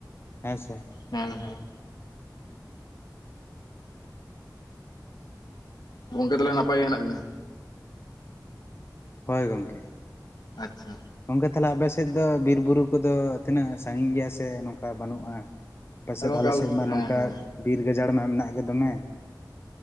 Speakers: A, on the left; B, on the left.
A: ᱦᱮᱸ ᱥᱮ?
B: ᱦᱮᱸ ᱦᱮᱸ᱾ ᱜᱚᱝᱠᱮ ᱛᱟᱞᱦᱮ ᱱᱟᱯᱟᱭ ᱜᱮ ᱦᱮᱱᱟᱜ ᱵᱤᱱᱟ?
A: ᱦᱳᱭ ᱜᱚᱝᱠᱮ᱾
B: ᱟᱪᱪᱷᱟ᱾
A: ᱜᱚᱝᱠᱮ ᱛᱟᱞᱦᱮ ᱟᱯᱮ ᱥᱮᱫ ᱫᱚ ᱵᱤᱨ ᱵᱩᱨᱩ ᱠᱚᱫᱚ ᱛᱤᱱᱟᱹᱜ ᱥᱟᱺᱜᱤᱧ ᱜᱮᱭᱟ ᱥᱮ ᱱᱚᱝᱠᱟ ᱵᱟᱹᱱᱩᱜᱼᱟ? ᱯᱟᱪᱮᱫ
B: ᱜᱚᱝᱠᱮ
A: ᱟᱞᱮ ᱥᱮᱫ ᱢᱟ
B: ᱦᱮᱸ
A: ᱱᱚᱝᱠᱟ
B: ᱦᱮᱸ
A: ᱵᱤᱨ ᱜᱟᱡᱟᱲ ᱢᱟ ᱢᱮᱱᱟᱜ ᱜᱮ ᱫᱚᱢᱮ᱾